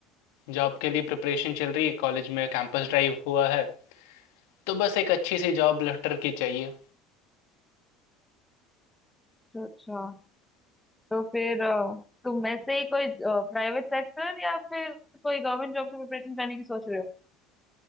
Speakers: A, on the left (about 80°); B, in the centre.
A: जॉब के लिए प्रिपरेशन चल रही है कॉलेज में कैंपस ड्राइव हुआ है तो बस एक अच्छी सी जॉब लेटर की चाहिए
B: अच्छा अच्छा तो फिर अ, तुम वैसे ही कोई प्राइवेट सेक्टर या फिर कोई गवर्नमेंट जॉब की प्रिपरेशन करने की सोच रहे हो